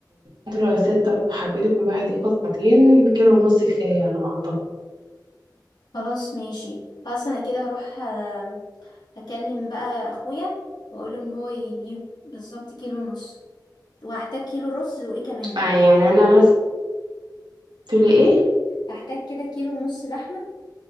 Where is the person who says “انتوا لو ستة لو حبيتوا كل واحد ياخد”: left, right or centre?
Right